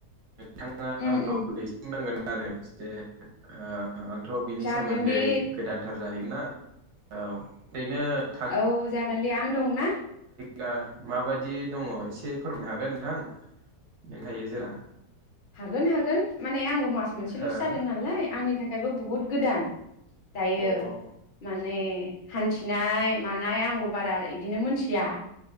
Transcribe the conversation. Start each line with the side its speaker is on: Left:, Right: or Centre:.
Right: नोंथाङा
Left: उम
Right: आंखौ
Left: उम
Right: दैसिननांगोन। ओरो <unintelligible> ओ। आंथ' बिनि
Left: जागोन
Right: सोमोन्दै
Left: दे
Right: गोदानथार जाहै मेना ओ। ओरैनो थां
Left: औ जागोन दे आं दं ना।
Right: दा माबायदि दङ एसे फोरमायनो हागोन नोंथां नों थायो जेला
Left: हागोन हागोन माने आंबो मास मोनसेल'सो
Right: हो
Left: जादों नालाय आंनि थाखाय बेबो बहुत गोदान। दायो
Right: अ
Left: माने हान्थिनाय मानाय आंबो बारा इदिनो मोनथिया